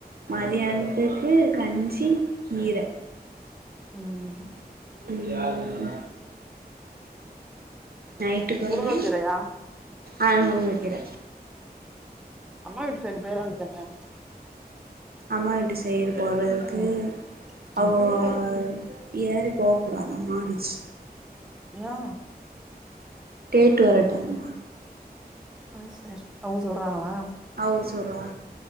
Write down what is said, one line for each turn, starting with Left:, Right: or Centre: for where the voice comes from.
Right: மதியானத்துக்கு கஞ்சி கீர
Centre: ம் ம்
Right: ம் நைட்டுக்கு
Centre: முருங்கக்கீரையா
Right: வந்து ஆ முருங்கக்கீர
Centre: அம்மா வீட்டு சைடு போயிர வேண்டியதானே
Right: அம்மா வீட்டு சைடு போறது க்கு
Centre: ம்
Right: அவ்க
Centre: ம்
Right: ஏறி போகக்கூடாதா மாடிக்கி
Centre: யே
Right: டேட்டு வர டைமா
Centre: அது சேரி அவ்க சொறாங்களா
Right: அவ்க சொல்றாக